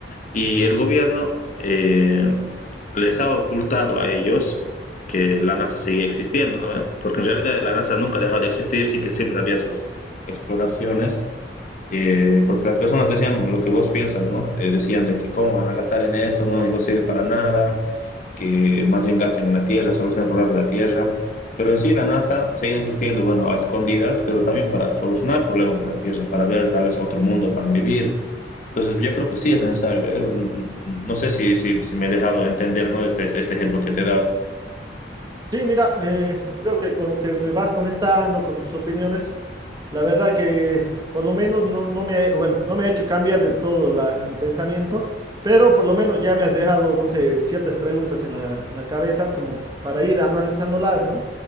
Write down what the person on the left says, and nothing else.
Y el gobierno eh, les ha ocultado a ellos que la NASA seguía existiendo, ¿no? Porque en realidad la NASA nunca ha dejado de existir, sin que siempre había sus exploraciones eh, porque las personas decían lo que vos piensas, ¿no? Eh, decían de que cómo van a gastar en eso, no, no sirve para nada, que más bien gasten en la Tierra, solucionan problemas de la Tierra. Pero en sí la NASA sigue insistiendo, bueno, a escondidas, pero también para solucionar problemas de la Tierra, para ver tal vez otro mundo para vivir. Entonces yo creo que sí es necesario. No sé si, si, si me he dejado entender, ¿no? Este, este, este ejemplo que te he dado.